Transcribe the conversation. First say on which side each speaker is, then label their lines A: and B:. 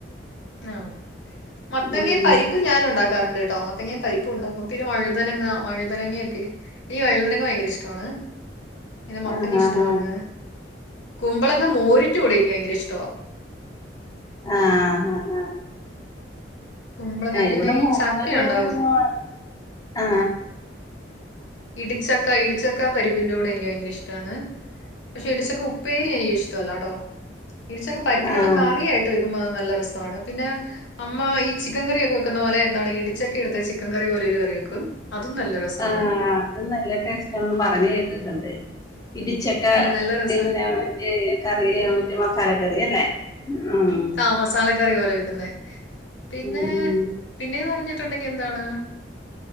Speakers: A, on the left (about 80°); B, on the left (about 20°).
A: ആ മത്തങ്ങേം
B: ഉം
A: പരിപ്പും ഞാന് ഒണ്ടാക്കാറുണ്ട്ട്ടോ. മത്തങ്ങേ പരിപ്പും ഒണ്ടാക്കും പിന്നെ വഴുതനങ്ങ വഴുതനങ്ങെയൊക്കെ എനിക്ക് വഴുതനങ്ങ ഭയങ്കര ഇഷ്ടവാണ് പിന്നെ മത്തങ്ങ
B: ആഹ്
A: ഇഷ്ടവാണ്.
B: ആഹ് ആഹ് ആഹ്
A: കുമ്പളങ്ങ മോരിന്റെ കൂടെ എനിക്ക് ഭയങ്കര ഇഷ്ടവാ
B: ആഹ് ഹ ഹ
A: കുമ്പളങ്ങ
B: ഇവിടെ
A: പിന്നെ
B: മോര്
A: ഈ ചക്ക ഉണ്ടാവും
B: ആ ആ
A: ഇടിച്ചക്ക ഇടിച്ചക്ക പരിപ്പിന്റെ കൂടെ എനിക്ക് ഭയങ്കര ഇഷ്ടവാണ്. പക്ഷെ ഇടിച്ചക്ക ഉപ്പേരി എനിക്കിഷ്ടവല്ലാട്ടോ ഇടിച്ചക്ക പരിപ്പിന്റെ
B: ആഹ്
A: കൂടെ കറിയായിട്ട് വെക്കുമ്പോ അത് നല്ല രസവാണ് പിന്നെ അമ്മ ഈ ചിക്കൻ കറിയൊക്കെ വെക്കുന്നപോലെ എന്താണ് ഇടിച്ചക്കയെടുത്ത് ചിക്കൻ കറി പോലെ ഒരു കറിവെക്കും അതും നല്ല രസമാണ്
B: ആഹ് അതും നല്ല ടേസ്റ്റാന്ന് പറഞ്ഞുകേട്ടിട്ടൊണ്ട് ഇടിച്ച ക്ക
A: ഉം, നല്ല രസം
B: എങ്ങനെയാ മറ്റേ കറി മറ്റേ മസാലക്കറിയല്ലേ ഉം
A: ആ മസാലക്കറി പോലെ വെക്കുന്നെ പിന്നെ
B: ഉം ഉം
A: പിന്നേന്ന് പറഞ്ഞിട്ടൊണ്ടെങ്കി എന്താണ്